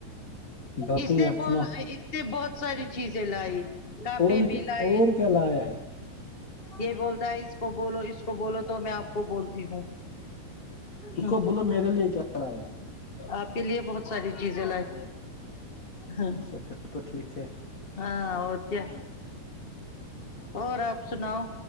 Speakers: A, on the left; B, on the left.
A: باقی
B: اس نے
A: آپ
B: بولا
A: سناؤ
B: اس نے بہت ساری چیزیں لائی کپڑے
A: اور
B: بھی لائے
A: اور کیا لایا ہے
B: یہ بولتا ہے اس کو بولو اس کو بولو تو میں آپ کو بولتی ہوں
A: تو
B: ہ
A: کو بولو میرے لیے کیا لایا
B: آپ کے لیے بہت ساری چیزیں لائے ہاں
A: اچھا پھر تو ٹھیک ہے
B: ہاں اور کیا اور آپ سناؤ